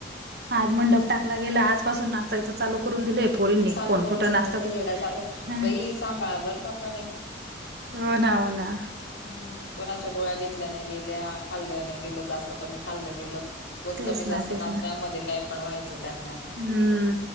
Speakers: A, on the right; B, on the left.
A: आज, मंडप
B: हम्म
A: टाकला गेला आजपासून नाचायच चालू करून दिलंय पोरींनी
B: चालू
A: कोण
B: करून
A: कुठं
B: दिल
A: नाशता
B: नुसतं
A: कोण
B: येड्यासारखं बाई सांभाळा बर का पण
A: हो ना हो ना
B: हम् कोणाच्या गोळ्या घेतल्या नाही गेल्या खाल्ल्या नाही गेलं जास्त क खाल्लं गेलं व
A: तेच
B: कमी जास्त
A: ना तेच
B: नाचण्यामध्ये
A: ना
B: काय पण व्हायचं त्यां
A: हम्म